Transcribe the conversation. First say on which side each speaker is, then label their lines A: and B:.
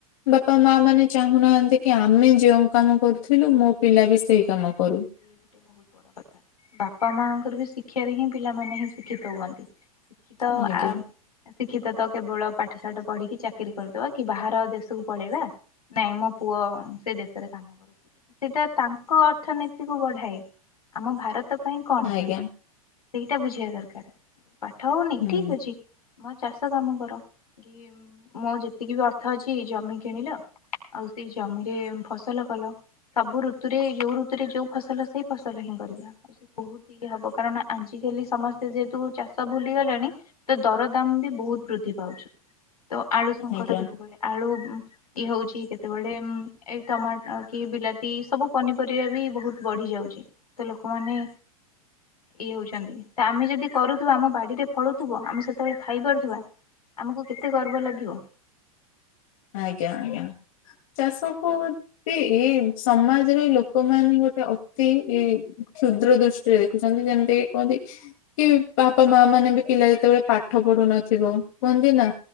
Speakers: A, on the left (about 60°); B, on the left (about 85°).
A: ବାପା ମା ମାନେ ଚାହୁଁନାହାନ୍ତି କି ଆମେ ଯୋଉଁ କାମ କରୁଥିଲୁ ମୋ ପିଲା
B: ଓ
A: ବି ସେଇ କାମ
B: ଏଇ
A: କରୁ।
B: ଗୋଟେ ବହୁତ ବଡ କଥା ବାପା ମାଙ୍କର ବି ଶି ଶିକ୍ଷାରେ ହିଁ ପିଲାମାନେ ହିଁ ଶିକ୍ଷିତ ହୁଅନ୍ତି। ଶିକ୍ଷିତ
A: ଆଜ୍ଞା
B: ଆ ଶିକ୍ଷିତ ତ କେବଳ ପାଠ ସାଠ ପଢିକି ଚାକିରି କରିଦବା କି ବାହାର ଦେଶକୁ ପଳେଇବା ନାଇଁ ମୋ ପୁଅ ସେ ଦେଶରେ କାମ କରୁଛି ସେଇଟା ତାଙ୍କ ଙ୍କ ଅର୍ଥନୀତିକୁ ବଢାଏ ଆମ ଭାରତ ପାଇଁ କଣ
A: ଆଜ୍ଞା
B: କରିଛି? ସେଇଟା ବୁଝିବା ଦରକାର ପାଠ ହଉନି
A: ହୁଁ
B: ଠିକ ଅଛି ମୋର ଚାଷ କାମ କର, କି ମୋ ଯେତିକି ବି ଅର୍ଥ ଅଛି ଜମି କିଣିଲ। ଆଉ ସେଇ ଜମିରେ ଫସଲ କଲ। ସବୁ ଋତ ଋତୁରେ ଯୋଉ ଋୁତୁରେ ଯୋଉ ଫସଲ ସେଇ ଫସଲ ହିଁ କରିବା। ବହୁତ ଇ ହବ କାରଣ ଆଜିକାଲି ସମସ୍ତେ ଯେହେତୁ ଚାଷ ଭୁଲିଗଲେଣି ତ ଦରଦାମ ବି ବହୁତ ବୃଦ୍ଧି ପାଉଛି। ତ ଆଳୁ ସଙ୍କଟ
A: ଆଜ୍ଞା
B: କେତେବେଳେ ଆଳୁ ଇଏ ହଉଛି କେତେବେଳେ ଏଇ ଟମାଟୋ କି ବିଲାତି ସବୁ ପନିପରିବା ବି ବହୁତ ବଢ଼ି ଯାଉଛି। ତ ଲୋକମାନେ ଇଏ ହଉଛନ୍ତି ତ ଆମେ ଯଦି କରୁଥିବା ଆମ ବାଡିରେ ଫଳୁଥିବ ଆମେ ସେତେବେଳେ ଖାଇ ପାରୁଥିବା। ଆମକୁ କେତେ ଗର୍ବ ଲାଗିବ।
A: ଆଜ୍ଞା ଆଜ୍ଞା ଚାଷ କୁ ସେ ଏଇ ସମାଜରେ ଲୋକମାନେ ଗୋଟେ ଅତି କ୍ଷୁଦ୍ର ଦୃ ଦେଖୁଛନ୍ତି ଯେମିତିକି କୁହନ୍ତି କି
B: ହଁ
A: ବାପା ମା ମାନେ ବି ପିଲା ଯେତେବେଳେ ପାଠ ପଢୁନଥିବ କୁହନ୍ତି ନା